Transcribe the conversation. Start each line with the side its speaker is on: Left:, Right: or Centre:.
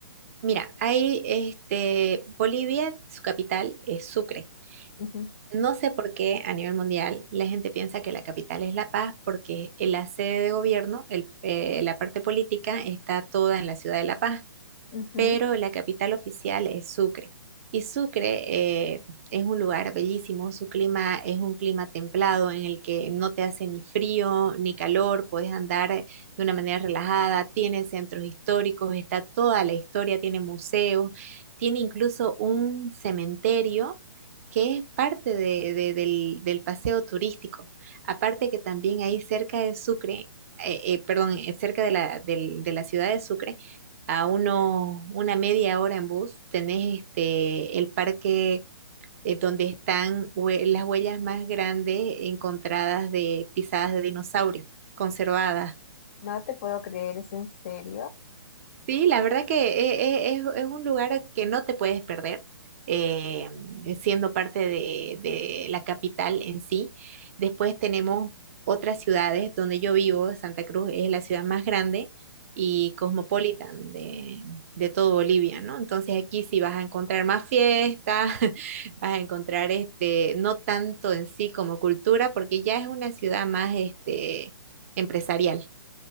Right: Mira, hay este, Bolivia, su capital es Sucre.
Left: Ujú,
Right: No sé por qué a nivel mundial la gente piensa que la capital es La Paz, porque en la sede de gobierno, el- eh, la parte política, está toda en la ciudad de La Paz.
Left: ujú.
Right: pero la capital oficial es Sucre. Y Sucre eh, es un lugar bellísimo, su clima es un clima templado en el que no te hace ni frío ni calor, puedes andar de una manera relajada, tiene centros históricos, está toda la historia, tiene museos, tiene incluso un cementerio que es parte de- de- del, del paseo turístico. Aparte que también ahí cerca de Sucre, eh, eh, perdón, eh, cerca de la, del- de la ciudad de Sucre, a uno, una media hora en bus, tenés este, el parque eh, donde están hue- las huellas más grandes encontradas de pisadas de dinosaurios, conservadas.
Left: No te puedo creer, ¿es en serio?
Right: Sí, la verdad que e- e- es, es un lugar que no te puedes perder, eh, siendo parte de, de la capital en sí. Después tenemos otras ciudades donde yo vivo, Santa Cruz es la ciudad más grande y cosmopolitan de, de todo Bolivia, ¿no? Entonces aquí sí vas a encontrar más fiestas, <laughs> vas a encontrar este, no tanto en sí como cultura, porque ya es una ciudad más este, empresarial.